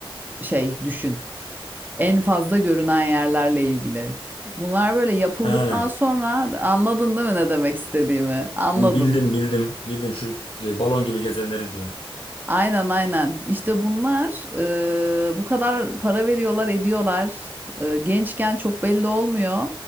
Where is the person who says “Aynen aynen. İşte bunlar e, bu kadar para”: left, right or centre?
Right